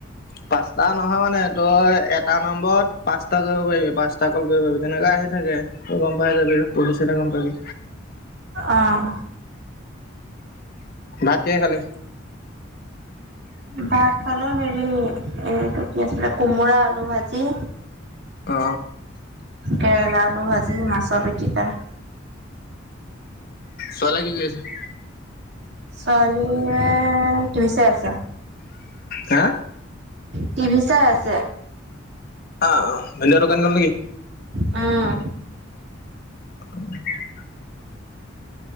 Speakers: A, on the left; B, on the right.
A: পাঁচটা নহয় মানে তই এটা নম্বৰত পাঁচটা কৰিব পাৰিবি পাঁচটা। কল কৰিব পাৰিবি তেনেকে আহি থাকে তই গম পাই যাবি ৰ পঢ়ি চালে গম পাবি।
B: অ',
A: ভাত কিহে খালি?
B: ভাত খালো হেৰি এইটো কি আছিলে কোমোৰা আলু ভাজি।
A: অ
B: কেৰেলা আলু ভাজি মাছৰ পিটিকা।
A: চলা কি কৰি আছে?
B: ছোৱালীয়ে তিভি চাই আছে।
A: হা!
B: টিভি চাই আছে।
A: অ ভেন্দেউ দোকান গ'ল নেকি?
B: উম।
A: <inaudible>